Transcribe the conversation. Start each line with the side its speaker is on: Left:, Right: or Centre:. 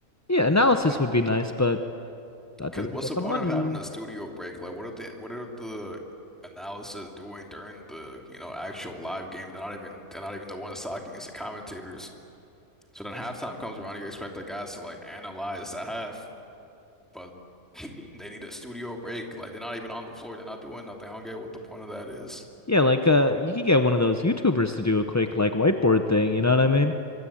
Left: Yeah, analysis
Centre: Like,
Left: would be nice, but that
Centre: Cause
Left: doesn't
Centre: what's
Left: get
Centre: the
Left: the
Centre: point
Left: money.
Centre: of having a studio break? Like, what are the what are the analysis doing during the you know actual live game? They're not even they're not even the ones talking. It's the commentators. So then halftime comes around, you expect the guys to like analyze the half, but <laughs> they need a studio break. Like they're not even on the floor. They're not doing nothing. I don't get what the point of that is.
Left: Yeah, like uh you could get one of those YouTubers to do a quick like whiteboard thing, you know what I mean?